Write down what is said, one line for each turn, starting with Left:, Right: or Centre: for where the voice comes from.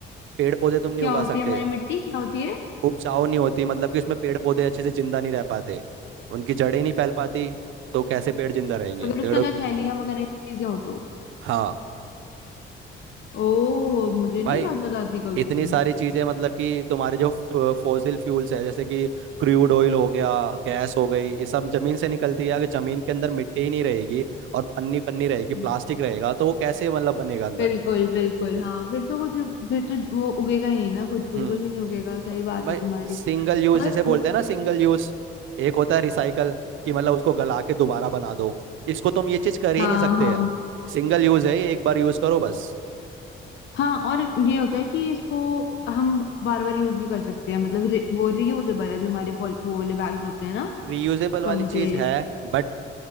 Right: पेड़ पौधे तुम नहीं
Left: क्या
Right: उगा
Left: होती
Right: सकते
Left: है हमारी मिट्टी क्या होती है
Right: उपजाऊ नहीं होती मतलब कि उसमें पेड़ पौधे अच्छे से जिंदा नहीं रह पाते उनकी जड़ें नहीं फैल पाती तो कैसे पेड़ जिंदा रहेंगे
Left: अगर
Right: पेड़ों
Left: उसके अंदर थैलियां वगैरह ये सब चीजें हो तो
Right: हाँ
Left: ओ मुझे
Right: भाई
Left: नहीं बात पता थी कभी
Right: इतनी
Left: भी
Right: सारी चीजें मतलब कि तुम्हारे जो फॉसिल फ्यूल्स है जैसे कि क्रूड ऑयल हो गया गैस हो गई ये सब जमीन से निकलती है अगर जमीन के अंदर मिट्टी ही नहीं रहेगी और पन्नी पन्नी रहेगी प्लास्टिक
Left: हम्म,
Right: रहेगा तो वो कैसे मतलब बनेगा अंदर
Left: बिल्कुल बिल्कुल हाँ फिर तो कुछ फिर तो वो उगेगा ही नहीं ना कुछ
Right: हम्म
Left: बिल्कुल भी नहीं उगेगा सही बात
Right: भाई
Left: है तुम्हारी
Right: सिंगल यूज
Left: और
Right: जैसे बोलते हैं ना सिंगल यूज एक होता है रिसाइकल कि मतलब उसको गला के दोबारा बना दो इसको तुम ये चीज कर ही
Left: हाँ
Right: नहीं सकते
Left: हाँ
Right: हैं सिंगल यूज है ये एक बार यूज करो बस
Left: हाँ और ये होता है कि इसको हम बार बार यूज भी कर सकते हैं मतलब रि, वो रियूजेबल है जो हमारे पॉल- वो वाले बैग्स होते हैं ना
Right: रीयूजेबल
Left: कौन
Right: वाली चीज
Left: से
Right: है बट